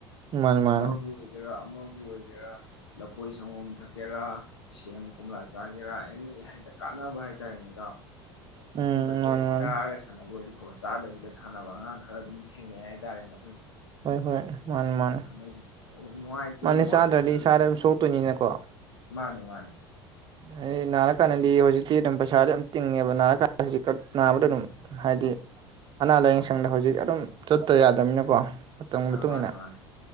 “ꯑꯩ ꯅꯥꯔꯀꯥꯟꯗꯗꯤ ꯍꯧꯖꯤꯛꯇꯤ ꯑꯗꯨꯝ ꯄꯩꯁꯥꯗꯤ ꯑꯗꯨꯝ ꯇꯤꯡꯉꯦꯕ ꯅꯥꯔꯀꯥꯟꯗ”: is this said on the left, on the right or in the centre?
Right